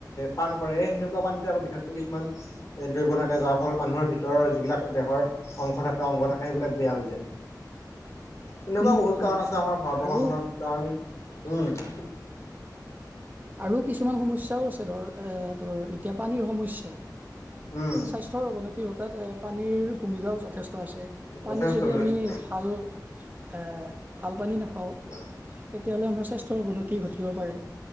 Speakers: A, on the left; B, on the right.
A: পান কৰে। এ সেনেকুৱা পানীতে আকৌ বিষক্তটো কিছুমান এ দ্ৰব্য থাকে। যাৰ ফল মানুহৰ ভিতৰৰ যিবিলাক দেহৰ অংশ থাকে অংগ থাকে সেইবিলাক বেয়া হৈ যায়। এনেকুৱা
B: উম
A: বহুত
B: উম
A: কাৰণ
B: উম
A: আছে আমাৰ ভাৰতবৰ্ষখনত
B: আৰু
A: কাৰণ উম
B: আৰু কিছুমান সমস্যাও আছে ধৰ এ ধৰ এতিয়া পানীৰ সমস্যা
A: উম
B: স্বাস্থ্যৰ অৱনতি ঘ তাত এ পানীৰ ভূমিকাও যথেষ্ট আছে
A: যথেষ্ট
B: পানী যদি
A: যথেষ্ট
B: আমি ভাল এ ভাল পানী নাখাওঁ
A: <inaudible>
B: তেতিয়াহ'লে আমাৰ স্বাস্থ্যৰ অৱনতি ঘটিব পাৰে